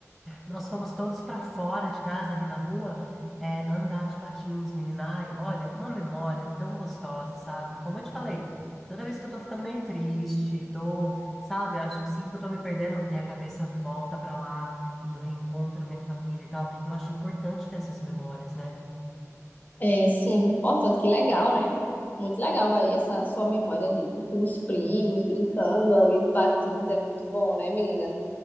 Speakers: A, in the centre; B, on the left.
A: nós fomos todos para fora de casa, ali na rua, é, andar de patins, menina. Ai, olha, uma memória tão gostosa, sabe? Como eu te falei, toda vez que eu tô ficando meio triste, tô, sabe, acho, sinto que eu tô me perdendo, minha cabeça volta para lá e eu reencontro minha família e tal. Eu acho importante ter essas memórias, né?
B: É, sim, é muito importante. Que legal, né? Muito legal aí essa sua memória de com os primos brincando ali de patins. É muito bom, né, menina?